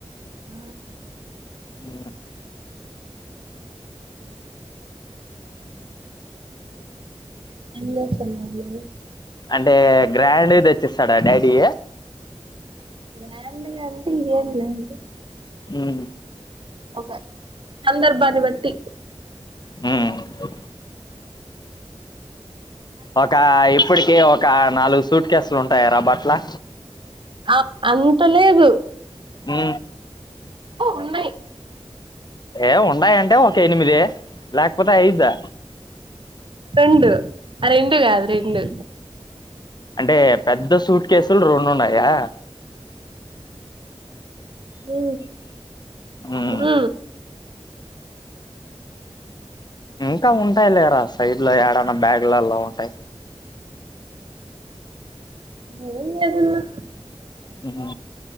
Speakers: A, on the right; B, on the left.
A: ఆ
B: ఊ
A: ఏం చేస్తున్నావ్ నువ్వు
B: అంటే గ్రాండ్ వి తెచ్చిస్తాడా డాడీ
A: గ్రాండ్ గా అంటే ఇగ ఏం లేదు
B: ఉహు
A: ఒక సందర్భాన్ని బట్టి
B: ఉహు ఒక ఇప్పటికి ఒక నాలుగు సూట్ కేసులు ఉంటాయా రా బట్టలు
A: ఆ అంత లేదు
B: హు
A: ఉన్నాయి
B: ఏ ఉండయాం ఉంటే ఒక ఎనిమిది లేకపోతే ఐదా
A: రెండు ఆ రెండు కాదు రెండు
B: అంటే పెద్ద సూట్ కేసులు రెండు ఉన్నాయా
A: హు
B: ఉమ్
A: హు
B: ఇంకా ఉంటాయి లేరా సైడ్ లో ఏడైన్నా బ్యాగులలో ఉంటాయి
A: ఏం లేదు అన్నా
B: ఉహు